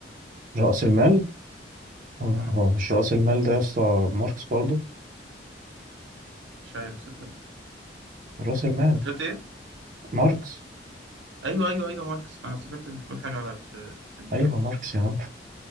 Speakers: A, on the right; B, on the right.
A: رأس المال هو
B: مم.
A: هو مش رأس المال ده يا اسطى ماركس برضو
B: مش عارف صدق
A: رأس المال
B: أنت قلت إيه؟
A: ماركس
B: أيوه أيوه أيوه ماركس أنا افتكرتك بتقول حاجة على في في بتاع
A: أيوه
B: ده.
A: ماركس يا عم